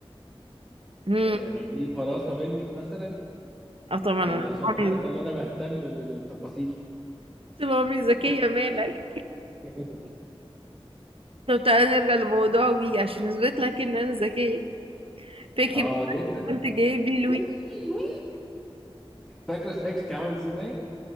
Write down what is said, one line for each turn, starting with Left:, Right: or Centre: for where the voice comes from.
Right: امم
Centre: يعني دي فراسة منك مثلا
Right: اه طبعا انا
Centre: ولا عشان
Right: طبعا
Centre: عارفة ان انا بهتم بالتفاصيل
Right: طول عمري ذكيه مالك
Centre: <laughs>
Right: طب تعالى نرجع لموضوع وي عشان اثبت لك ان انا ذكيه فاكر
Centre: اه جدا
Right: كنت جايب لي الوي
Centre: وي وي فاكرة شكلك عامل ازاي؟